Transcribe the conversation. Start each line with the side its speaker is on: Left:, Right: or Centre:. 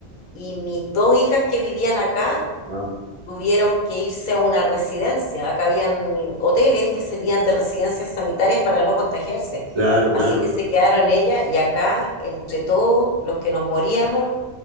Left: y mis dos hijas que vivían acá
Right: ah,
Left: tuvieron que irse a una residencia. Acá habían hoteles que servían de residencias sanitarias para no contagiarse.
Right: claro, claro.
Left: Así que se quedaron ellas y acá, entre todos los que nos moríamos,